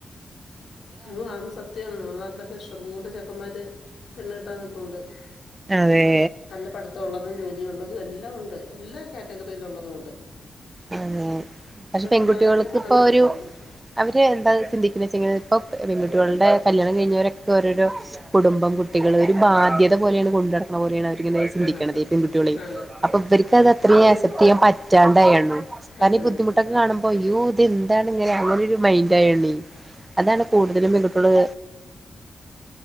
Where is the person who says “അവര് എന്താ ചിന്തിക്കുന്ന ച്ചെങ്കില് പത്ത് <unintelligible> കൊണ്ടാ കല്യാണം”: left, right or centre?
Right